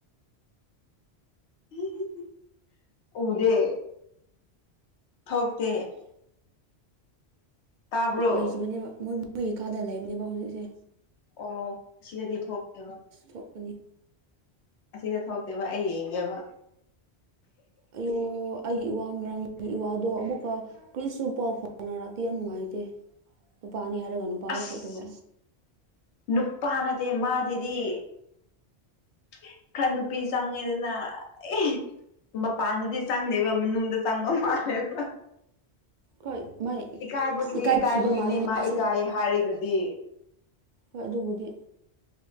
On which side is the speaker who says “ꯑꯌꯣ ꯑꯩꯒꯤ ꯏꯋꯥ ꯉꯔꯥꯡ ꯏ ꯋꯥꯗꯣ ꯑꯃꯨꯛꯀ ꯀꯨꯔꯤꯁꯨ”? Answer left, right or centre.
Right